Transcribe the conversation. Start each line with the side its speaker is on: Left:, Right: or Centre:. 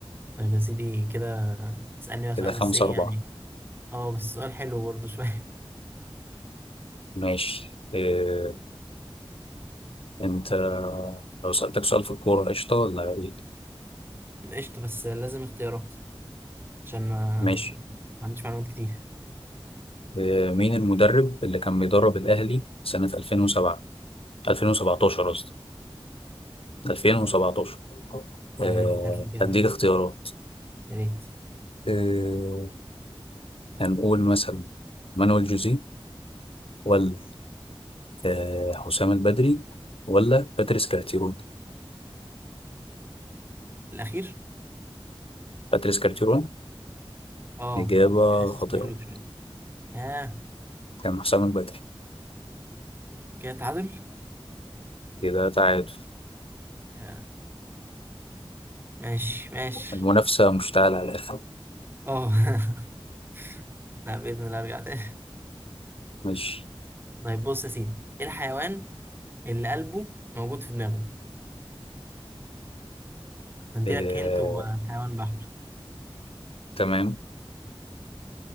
Right: طيب يا سيدي كده تسألني بقى
Left: كده
Right: سؤال
Left: خمسة
Right: بس إيه
Left: أربعة
Right: يعني أه بس سؤال حلو برضه شوية
Left: ماشي إيه، انت لو سألتك سؤال في الكورة قشطة ولا ايه؟
Right: <laughs> قشطة بس لازم اختيارات عشان ما
Left: ماشي
Right: ما عنديش معلومات كتير
Left: آه، مين المدرب اللي كان بيدرب الأهلي سنة 2007 2017 قصدي 2017
Right: تمام
Left: آه،
Right: هات لي كده
Left: هديك اختيارات
Right: يا ريت
Left: آه، هنقول مثلا مانويل جوزيه ولا آه، حسام البدري ولا باتريس كارتيرون
Right: الأخير
Left: باتريس كارتيرون
Right: اه
Left: إجابة
Right: حاسس
Left: خاطئة
Right: مقلوب شوية اه
Left: كان حسام البدري
Right: كده تعادل
Left: كده تعادل
Right: آه. ماشي ماشي
Left: المنافسة مشتعلة على الآخر
Right: اه <laughs> لا بإذن الله أرجع تاني
Left: ماشي
Right: طيب بص يا سيدي إيه الحيوان اللي قلبه موجود في دماغه هنديلك
Left: آه،
Right: هنت هو حيوان بحري
Left: تمام